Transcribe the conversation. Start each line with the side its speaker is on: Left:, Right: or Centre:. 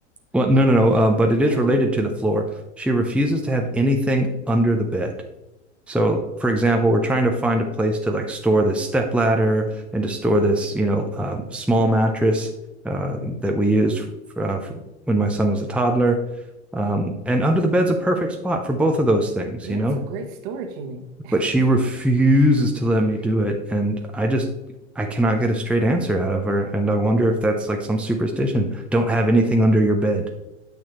Centre: well, no, no, no. Uh, but it is
Right: Oh.
Centre: related to the floor. She refuses to have anything under the bed. So, for example, we're trying to find a place to like store this step ladder and to store this, you know, um, small mattress uh, that we used for, uh, for when my son was a toddler. Um, and under the bed's a perfect spot for both of those things,
Right: Yeah,
Centre: you know.
Right: it's a great storage unit. <laughs>
Centre: But she refuses to let me do it, and I just I cannot get a straight answer out of her. And I wonder if that's like some superstition. Don't have anything under your bed.